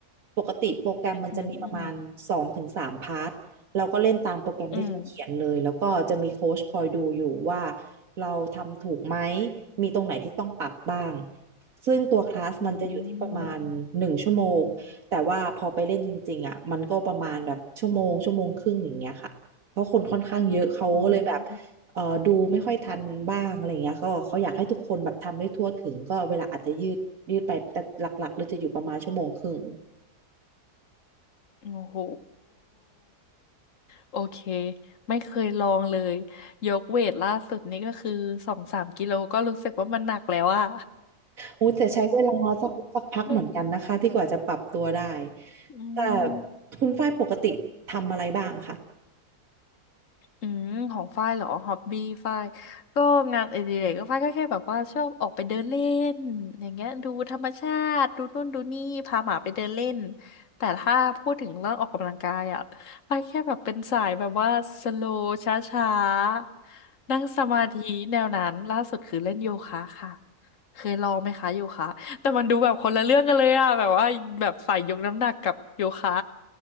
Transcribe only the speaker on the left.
อืมอืมอืม
อืมอืม
โอ้โหโอเคไม่เคยลองเลยยกเวทล่าสุดนี่ก็คือสองสามกิโลก็รู้สึกว่ามันหนักแล้วอะ
<laughs> อืม
อืมของฝ้ายเหรอฮอบบี้ฝ้ายก็งานอดิเรกก็ฝ้ายก็แค่แบบว่าชอบออกไปเดินเล่นอย่างเงี้ยดูธรรมชาติดูนู่นดูนี่พาหมาไปเดินเล่นแต่ถ้าพูดถึงเรื่องออกกำลังกายอ่ะฝ้ายแค่แบบเป็นสายแบบว่าสโลช้าๆนั่งสมาธิแนวนั้นล่าสุดคือเล่นโยคะค่ะเคยลองไหมคะโยคะแต่มันดูแบบคนละเรื่องกันเลยอ่ะแบบว่าแบบสายยกน้ำหนักกับโยคะ